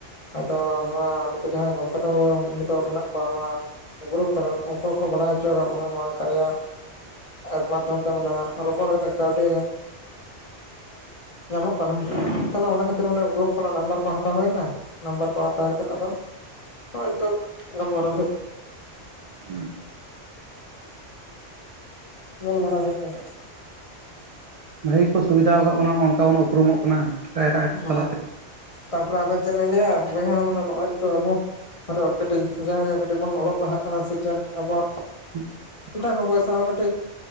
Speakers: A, on the left; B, on the right.
A: ᱟᱫᱚ ᱱᱚᱭᱟ ᱱᱩᱠᱩ ᱡᱟᱦᱟᱭ ᱜᱚᱝᱠᱮ ᱛᱚ ᱱᱤᱛᱚᱜ ᱢᱮᱱᱟᱜ ᱠᱚᱣᱟ ᱱᱚᱣᱟ ᱜᱨᱩᱯ ᱠᱚᱨᱮᱱ ᱩᱱᱠᱩ ᱠᱚᱸ ᱵᱟᱲᱟᱭ ᱦᱚᱪᱚ ᱟᱠᱟᱫ ᱵᱚᱱᱟ ᱱᱚᱣᱟ ᱠᱟᱨᱤᱭᱟ ᱮᱯᱥ ᱮᱯ ᱢᱟᱫᱽᱫᱷᱚᱢ ᱛᱮ ᱢᱟᱱᱮ ᱨᱚᱯᱚᱲ ᱠᱟᱛᱮᱜ ᱠᱟᱹᱣᱰᱤ ᱧᱟᱢᱚᱜ ᱠᱟᱱᱟ ᱛᱟᱦᱚᱞᱮ ᱚᱱᱟ ᱠᱷᱟᱹᱛᱤᱨ ᱢᱟᱱᱮ ᱜᱨᱩᱯ ᱠᱷᱚᱱᱟᱜ ᱱᱟᱢᱵᱟᱨ ᱠᱚ ᱦᱟᱛᱟᱣ ᱦᱩᱭᱱᱟ ᱱᱟᱢᱵᱟᱨ ᱠᱚ ᱦᱟᱛᱟᱣ ᱠᱟᱛᱮ ᱟᱫᱚ᱾ ᱦᱚᱸᱜ-ᱚᱭ ᱱᱤᱛᱚᱜ ᱜᱟᱞᱢᱟᱨᱟᱣ
B: <inaudible>
A: ᱜᱟᱞᱢᱟᱨᱟᱣ ᱦᱳᱭᱳᱜ ᱠᱟᱱᱟ᱾
B: ᱵᱷᱟᱜᱤ ᱠᱚ ᱥᱩᱵᱤᱫᱷᱟ ᱟᱠᱟᱫ ᱵᱚᱱᱟ ᱚᱝᱠᱟ ᱵᱚᱱ ᱩᱯᱨᱩᱢᱚᱜ ᱠᱟᱱᱟ᱾ ᱠᱟᱭᱨᱟ
A: ᱦᱮᱸ
B: ᱛᱟᱞᱟᱛᱮ
A: ᱛᱟᱯᱚᱨᱮ ᱟᱫᱚ ᱪᱮᱫ ᱤᱧ ᱞᱟᱹᱭᱟ ᱵᱚᱭᱦᱟ ᱱᱚᱜᱼᱚᱭ ᱱᱤᱛᱚᱜ ᱟᱵᱚ ᱦᱚᱭᱛᱳ ᱠᱟᱹᱴᱤᱡ ᱡᱟᱦᱟᱜᱮ ᱠᱟᱹᱴᱤᱡ ᱵᱚᱱ ᱚᱞᱚᱜ ᱯᱟᱲᱦᱟᱜ ᱠᱟᱱᱟ ᱥᱮ ᱪᱮᱫ ᱟᱵᱚᱣᱟᱜ
B: <inaudible>
A: ᱴᱟᱠᱟ ᱯᱚᱭᱥᱟ ᱦᱚᱸ ᱠᱟᱹᱴᱤᱡ